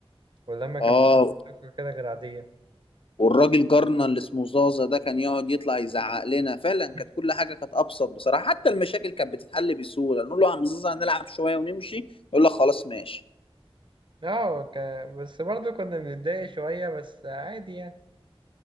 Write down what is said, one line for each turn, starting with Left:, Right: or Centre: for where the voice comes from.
Right: واللمة كانت
Left: اه
Right: بتضحك كده غير عادية
Left: والراجل جارنا اللي اسمه زازا ده كان يقعد يطلع يزعق لنا فعلا
Right: <laughs>
Left: كانت كل حاجه كانت ابسط بصراحه حتى المشاكل كانت بتتحل بسهوله نقول له يا عم زازا هنلعب شويه ونمشي يقول لك خلاص ماشي
Right: اه ك... بس برضه كنا بنتضايق شوية بس عادي يعني